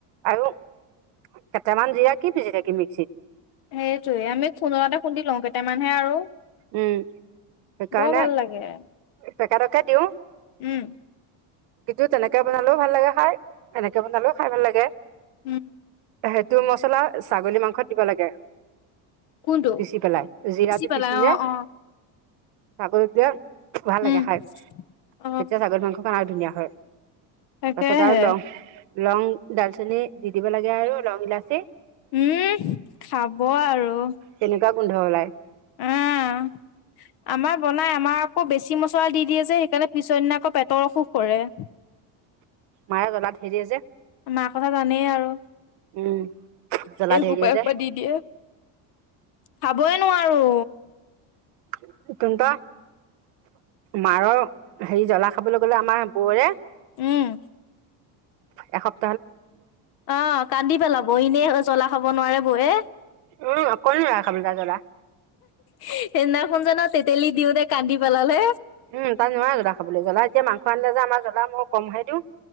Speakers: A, on the right; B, on the left.
A: আৰু কেইটামান জিৰা কি পিজি থাকিম মিক্সিত।
B: সেইটোয়ে, আমি খুন্দনাতে খুন্দি লওঁ, কেইটামানহে আৰু
A: উম সেইকাৰণে
B: বৰ ভাল লাগে।
A: পেকেটকে দিওঁ।
B: উম।
A: কিন্তু তেনেকে বনালেও ভাল লাগে খাই। এনেকে বনালেও খাই ভাল লাগে।
B: উম।
A: হেইটো মছলা ছাগলী মাংসত দিব লাগে।
B: কোনটো
A: পিচি পেলাই, জিৰাটো
B: পেলাই
A: পিচি যে
B: অ অ
A: ছাগলিত দিলে ভাল লাগে
B: উম
A: খাই।
B: অ
A: তেতিয়া ছাগলী মাংসকন আৰু ধুনীয়া হয়।
B: তাকেহে
A: পাছত আৰু লং-লং, ডালচেনি দি দিব লাগে আৰু লং, ইলাচি
B: উম, খাব আৰু!
A: তেনেকুৱা গোন্ধ ওলায়
B: অ'। আমাৰ বনাই। আমাৰ আকৌ বেছি মছলা দি দিয়ে যে সেইকাৰণে পিছৰ দিনা আকৌ পেটৰ অসুখ কৰে। <inaudible>
A: মায়ে জ্বলা ধেৰ দিয়ে যে
B: মাৰ কথা জানেই আৰু।
A: উম জ্বলা
B: এসোপা-এসোপা
A: ধেৰ দিয়ে যে
B: দি দিয়ে, খাবই নোৱাৰো।
A: <unintelligible> মাৰৰ হেৰি জ্বলা খাবলৈ গ'লে আমাৰ বৌৰে
B: উম।
A: এসপ
B: অ', কান্দি পেলাব। এনেই জ্বলা খাব নোৱাৰে বৌয়ে।
A: উম অকনো নোৱাৰে খাবলৈ তাই জলা।
B: সেই দিনা খন জানা তেতেলী দিও তে কান্দি পেলালে।
A: উম তাই নোৱাৰে জ্বলা খাবলৈ জ্বলা এতিয়া মাংস আনিলে যে আমাৰ জ্বলা মই কমহে দিওঁ।